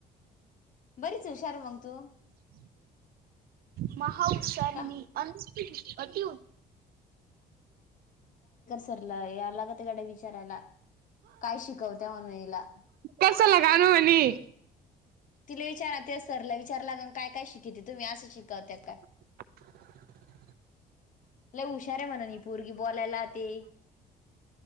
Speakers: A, on the left; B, on the right.
A: बरीच हुशार मंग तू
B: महाउषारनी
A: का
B: अन अिव
A: सरलं या लागत गडे विचारायला काय शिकवत्या म्हणणीला
B: कशाला कानू म्हणे
A: तिला विचाराात सरला विचारलाग काय काय शिकती तुम्ही असं शिकावत का
B: <inaudible>
A: ल हुशार आहे म्हण पोरगी बोलायला ते